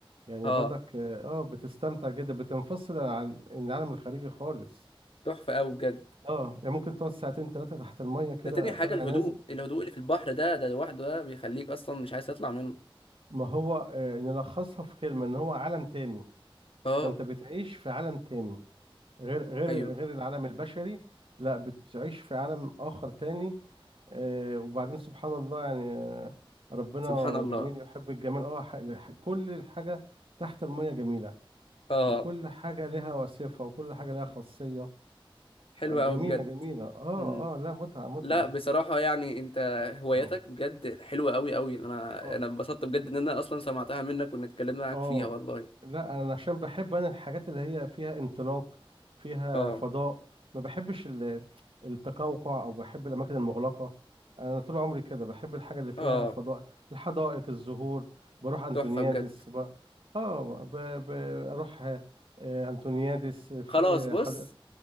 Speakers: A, on the right (about 80°); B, on the left (about 80°).
A: يعني
B: اه
A: برضك اه آه، بتستمتع جدا بتنفصل عن العالم الخارجي خالص
B: تحفة قوي بجد
A: اه يعني ممكن تقعد ساعتين ثلاثة تحت المية كده
B: ده تاني حاجة
A: طالع
B: الهدوء
A: نازل
B: الهدوء اللي في البحر ده ده لوحده ده بيخليك أصلا مش عايز تطلع منه
A: ما هو آه نلخصها في كلمة ان هو عالم تاني
B: اه
A: فانت بتعيش في عالم تاني غير غير
B: أيوه
A: غير العالم البشري لا بتعيش في عالم آخر تاني آه، وبعدين سبحان الله يعني آه، ربنا
B: سبحان الله
A: جميل يحب الجمال اه ح- ح- كل الحاجة تحت المية جميلة
B: اه
A: وكل حاجة لها صفة وكل حاجة لها خاصية
B: حلوة
A: آه، جميلة
B: قوي بجد
A: جميلة اه
B: مم.
A: اه لا متعة متعة
B: لا بصراحة يعني أنت هواياتك
A: مه.
B: بجد حلوة قوي قوي أنا
A: اه
B: أنا اتبسطت بجد إن أنا أصلا سمعتها منك وإن اتكلمنا معاك
A: اه
B: فيها والله
A: لا انا عشان بحب انا الحاجات اللي هي فيها انطلاق فيها
B: اه
A: فضاء ما بحبش ال- التقوقع او بحب الاماكن المغلقه انا طول عمري كده بحب الحاجه اللي فيها
B: اه
A: فضاء الحدائق الزهور بروح انتونيادس
B: تحفة بجد
A: ب... اه ب... بروح آه، انتونيادس في
B: خلاص بص
A: حد